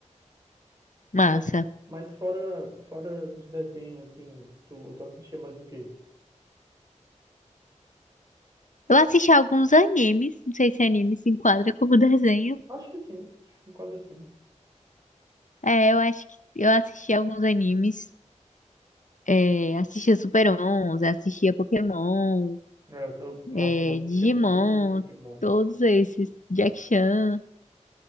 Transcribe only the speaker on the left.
Massa.
Eu assisti alguns animes, não sei se anime se enquadra como <laughs> desenho.
É, eu acho que eu assisti alguns animes. É, assistia Super 11, assistia Pokémon,
é,
Digimon,
todos esses. Jack Chan.